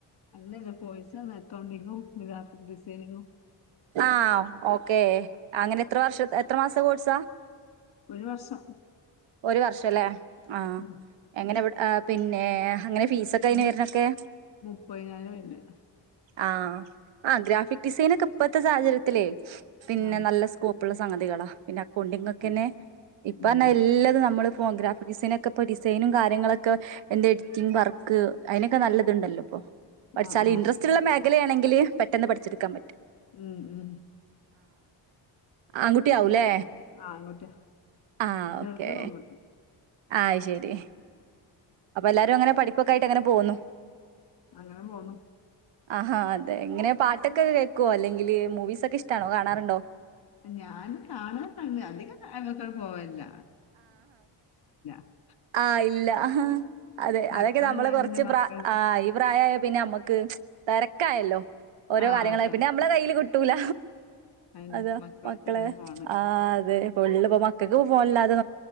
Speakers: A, on the left (about 55°); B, on the right (about 80°).
A: അല്ലല്ല <unintelligible> അക്കൗണ്ടിങ്ങും ഗ്രാഫിക് ഡിസൈനിങ്ങും
B: ആ ഓക്കേ അങ്ങനെ ത്ര വർഷ എത്ര മാസ്തെ കോഴ്സാ
A: ഒരു വർഷം
B: ഒരു വർഷല്ലേ ആ
A: ഉം
B: എങ്ങനെവി അപിന്നെ ഫീസൊക്കെ അയനേട്ന്നക്കെ
A: ഒരു മുപ്പതിനായിരം വരുന്നേ
B: ആ ആ ഗ്രാഫിക് ഡിസൈനക്കെ ഇപ്പത്തെ സാഹചര്യത്തിലേ പിന്നെ
A: ആഹ്
B: നല്ല സ്കോ പ്പുള്ള സംഗതികളാ പിന്നെ അക്കൗണ്ടിങ്ങക്കെനെ
A: ആഹ്
B: ഇപ്പന്ന
A: ഉം
B: എല്ലാതും മ്മള് ഫോഗ്രാഫിക്സൈനൊക്കെ പ്പോ ഡിസൈനും കാര്യങ്ങളൊക്കെ എന്ത എഡിറ്റിംഗ് വർക്ക് അതിനൊക്കെ നല്ലത്ണ്ടല്ലോ ഇപ്പൊ പഠിച്ചാല്
A: ആഹ് ആഹ്
B: ഇൻട്രസ്റ്റ് ഉള്ള മേഖല ആണെങ്കിൽ പെട്ടെന്ന് പഠിച്ചെടുക്കാൻ പറ്റും
A: മ് മ്
B: ആൺകുട്ടിയാവൂലെ
A: ആ ആൺകുട്ടിയാ
B: ആ
A: ചെറുത്
B: ഓക്കേ
A: പെൺകുട്ടി
B: ആയ്ശെരി അപ്പൊ എല്ലാരും അങ്ങനെ പഠിപ്പൊക്കൊയിട്ട് അങ്ങനെ പോന്നു
A: അങ്ങനെ പോണു
B: ആ അതെ ഇങ്ങനെ പാട്ടൊക്കെ കേക്കുവോ അല്ലെങ്കില് മൂവീസ് ഒക്കെ ഇഷ്ടാണോ കാണാറുണ്ടോ
A: ഞാൻ കാണലൊക്കെ ണ്ട് അതികം പോവലില്ല <unintelligible>
B: ആ ഇല്ല അതെ
A: മക്കളുണ്ടായ
B: അതൊക്കെ നമ്മള് കൊറച്ച്
A: പിന്നെ മക്കൾ
B: പ്ര ആ ഈ പ്രായായ പിന്നെമ്മുൺക്ക് തെരക്കായല്ലോ ഓരോ
A: ആഹ്
B: കാര്യങ്ങളായി
A: അതെ
B: പിന്നെ നമ്മളെ കയ്യില് കിട്ടൂല
A: അതന്നെ
B: അത
A: മക്കളടുത്തേക്കാണ്
B: മക്കളെ
A: ഫോണ്
B: ആ അതെ ഫുള്ള്പ്പോ മക്ക ഫോണല്ലാതെ